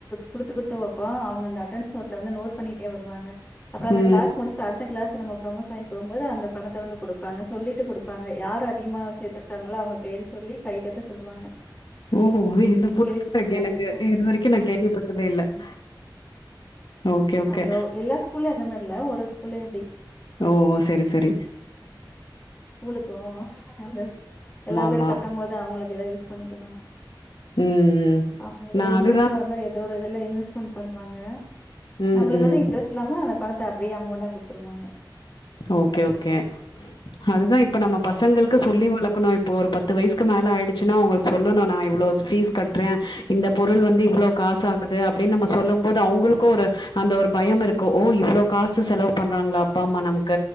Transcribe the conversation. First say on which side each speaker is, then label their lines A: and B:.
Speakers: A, on the left; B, on the left.
A: குடுத்து குடுத்து வைப்போ அவங்க அந்த அட்டன்ஸ் நோட்ல வந்து நோட் பண்ணிட்டே வருவாங்க அப்புறோ அந்த
B: ம்
A: கிளாஸ் சர் அடுத்த கிளாஸ் நம்ம பிரொமசனாகி போம்போது அந்த பணத்த வந்து குடுப்பாங்க சொல்லிட்டு குடுப்பா யார் அதிகமா சேர்த்திருக்காங்களோ அவங்க பேரு சொல்லி கை தட்ட சொல்லுவாங்க.
B: ஓ
A: அ
B: வே இந்த
A: என்கரேஜ்
B: புசா
A: பண்ணுவாங்க.
B: இருக்கு எனக்கு
A: ம்.
B: இது வரைக்கு நா கேள்விப்பட்டதே இல்ல <inaudible> ஓகே ஓகே
A: அந்த எல்லா ஸ்கூல்லி இந்த மார் இல்ல ஒரு ஸ்கூல்லியு இப்பிடி
B: ஓ செரி செரி
A: உளுக்கு அந்த எல்லா பேரு
B: ஆமா
A: கட்டம் போது அவங்களுக்கு எதா யூஸ் பண்ணிக்குவாங்க
B: ம் ம்
A: அவங்க ஏதாவது
B: நா
A: இன்ட்ரெஸ்ட்
B: அதுதா
A: வர மாரி ஏதோ ஒரு இதுல்ல இன்வெஸ்மெண் பண்ணுவாங்க
B: ம்,
A: நம்மளுக்கு
B: ம்.
A: வந்து இன்ட்ரெஸ்ட் இல்லாம த்தா அப்பிடியே அமௌண்டா குடுத்துருவாங்க
B: ஓகே ஓகே அதுதா
A: அந்த
B: இப்ப நம்ம
A: மாரிலாம்.
B: பசங்களுக்கு சொல்லி வழ க்குனு இப்ப ஒரு பத்து வயசுக்கு மேல ஆயிடிச்சின்னா அவுங்களுக்கு சொல்லனு நா இவ்ளோ பீஸ் கட்றே இந்த பொருள் வந்து இவ்ளோ காசு ஆகுது அப்பிடின் நம்ம சொல்லு போது அவுங்களுக்கு ஒரு அந்த ஒரு பயம் இருக்கு ஓ இவ்ளோ காசு செலவு பண்றாங்களா அப்பா அம்மா நமக் க்க